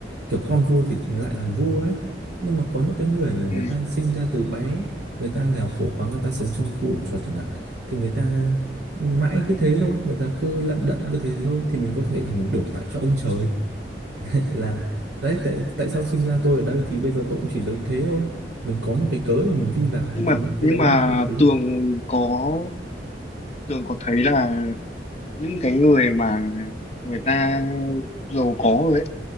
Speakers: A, on the right; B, on the left.
A: kiểu con vua thì lại làm vua ấy nhưng mà có những cái người mà người
B: Ừ.
A: ta sinh ra từ bé người ta nghèo khổ quá người ta sống trong khu ổ chuột chẳng hạn thì người ta mãi cứ thế thôi người ta cứ lận đận cứ thế thôi thì mình có thể là mình đổ tại cho ông trời là đấy tại tại sao sinh ra tôi ở đây thì bây giờ tôi cũng chỉ đơn thế thôi mình có một cái cớ để mình vin vào
B: nhưng
A: thì
B: mà
A: tôi nghĩ cái
B: nhưng
A: đấy
B: mà
A: nó sẽ hợp lý
B: Tường có Tường có thấy là những cái người mà người ta giàu có rồi ấy